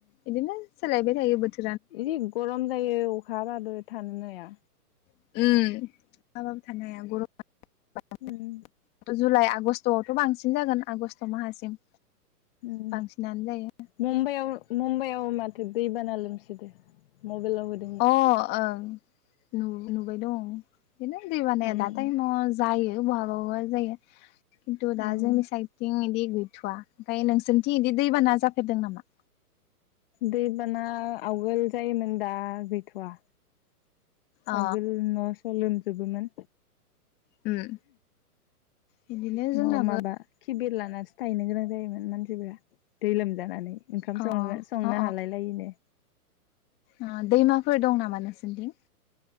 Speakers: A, on the left; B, on the left.
A: इदिनो सोलायबाय थायो बोथोर
B: जि गरम जायो अखाबाबो थानोनो नाया।
A: उम आंबो <unintelligible>
B: उम
A: जुलाइ आगष्टआवथ' बांसिन जागोन आगष्ट माहासिम।
B: उम
A: बांसिनानो जायो
B: मुम्बाइआव मुम्बाइआव माथो दैबाना लोमसिदो मबाइलाव होद
A: अ ओं नु-नुबाय दं बेनो दैबानाया
B: उम
A: दा टाइमाव जायो बहाबा बाबा जायो खिन्थु दा
B: उम
A: जोंनि साइडथिं बिदि गैथ'वा ओमफ्राय नोंसोरथिं बिदि दैबाना जाफेरदों नामा?
B: दैबाना आवगोल जायोमोन दा गैथ'वा।
A: अ
B: आगोल न' स' लोमजोबोमोन।
A: उम बिदिनो
B: न'
A: जोंनाबो
B: माबा किबेल लानानैसो थाहैनो गोनां जायोमोन मानसिफोरा दै लोमजानानै। ओंखाम
A: अ
B: सं-संनो
A: अ
B: हालायलायिनो।
A: ओ दैमाफोर दं नामा नोंसोरनिथिं?